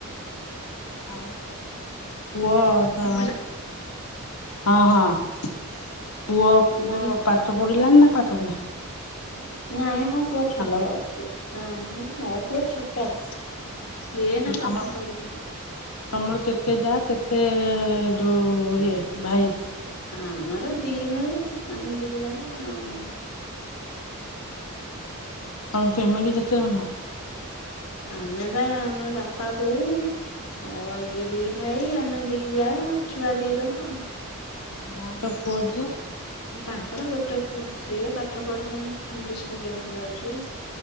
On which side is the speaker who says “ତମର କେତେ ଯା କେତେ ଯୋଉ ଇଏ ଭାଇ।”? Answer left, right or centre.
Left